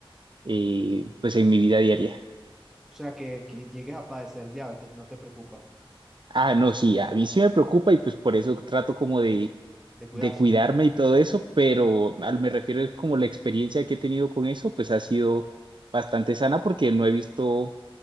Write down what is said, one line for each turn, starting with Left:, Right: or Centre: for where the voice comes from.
Right: eh, pues en mi vida diaria.
Centre: O sea, que, que llegues a padecer diabetes, no te preocupa,
Right: Ah, no, sí, a mí sí me preocupa y pues por eso trato como de,
Centre: de cuidarse.
Right: de cuidarme y todo eso, pero al me refiero es como la experiencia que he tenido con eso, pues ha sido bastante sana porque no he visto